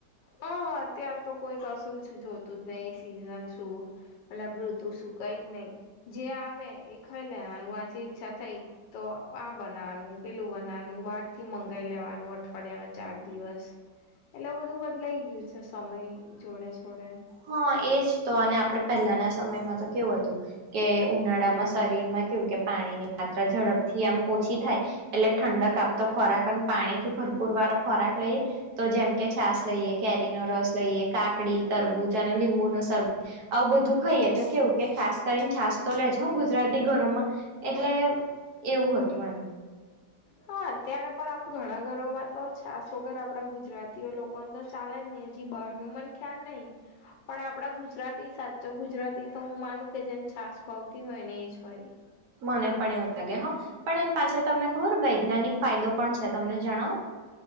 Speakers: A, on the left (about 70°); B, on the right (about 55°).
A: હ અત્યાર તો કોઈ કશું જોતું જ નહી એ સિઝન શું પલે મૃતુ સુું કઈ જ નઈ જે આવે એ ખાઈ લેવાનું વાચ ઈચ્છા થઈ તો આ બનાવાનું પેલું બનાવાનું બાર થી મંગાઈ લેવાનું અઠવાડિયા ના ચાર દિવસ એટલે બધું બદલાઈ ગયું છે સમય જોડે જોડે
B: હા એજ તો અને આપડે પહેલાના સમયમાં તો કેવું હતું કે ઉનાળામાં શરીર માં કેવું કે પાણીની માત્રા ઝડપથી આમ ઓછી થાય એટલે ઠંડક આપતો ખોરાક અને પાણીથી ભરપૂર વારોો ખોરાક લઈ તો જેમ કે છાસ લઈએ કેરીનો રસ લઈએ કાકડી તરબૂજ અને લીંબુ ન શરબત આવું બધું ખાઈએ તો કેવું કે ખાસ કરીને છાસ તો લેજો ગુજરાતી ઘરોમાં એટલે એવું હતું એમ
A: હા અત્યારે પણ આમ ઘણા ઘરોમાં તો છાસ વગર આપણા ગુજરાતીઓ લોકોને તો ચાલે જ નહીં હજી બહારનું મન ખ્યાલ નઈ પણ આપડા ગુજરાતી સાચો ગુજરાતી તો હું માનું કે જેમ છાસ ભાવતી હોય ને એજ હોય
B: મને પણ એવું લાગે હ પણ એને પાછા તમને ખબર વૈજ્ઞાનિક ફાયદો પણ છે તમને જણાવું?